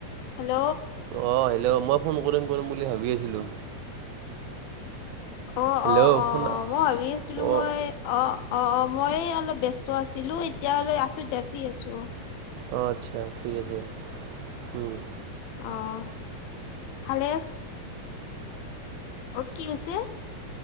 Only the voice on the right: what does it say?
অঁ হেল্ল' মই ফোন কৰিম কৰিম বুলি ভাবি আছিলোঁ।
হেল্ল'
শুনা
অঁ
অ'আচ্ছা ঠিক আছে উম।